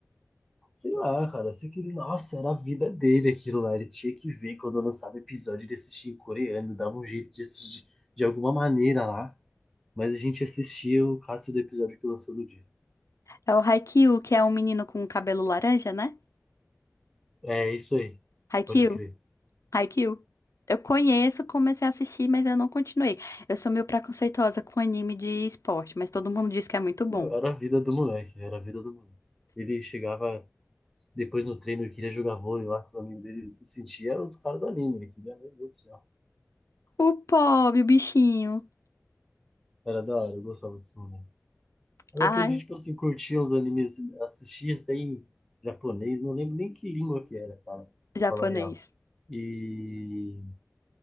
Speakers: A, in the centre; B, on the left (about 70°).
A: Sei lá, cara, sei que ele, nossa, era a vida dele aquilo lá, ele tinha que ver quando lançava episódio de assistir em coreano, dava um jeito de assistir de alguma maneira lá, mas a gente assistia o cato do episódio que lançou no dia.
B: É o Haikyuu, que é um menino com cabelo laranja, né?
A: É isso aí,
B: Haikyuu,
A: pode crer.
B: Haikyuu. Eu conheço, comecei a assistir, mas eu não continuei. Eu sou meio preconceituosa com anime de esporte, mas todo mundo diz que é muito bom.
A: Meu, era a vida do moleque, era a vida do moleque. Ele chegava depois no treino, ele queria jogar vôlei lá com os amigos dele, ele se sentia os caras do anime, ele queria, meu Deus do céu.
B: O pobre, o bichinho.
A: Era da hora, eu gostava desse moleque. Eu
B: Ai,
A: aprendi, tipo assim, curtir os animes, assistir até em japonês, não lembro nem que língua que era, cara, pra
B: japonês.
A: falar a real. E,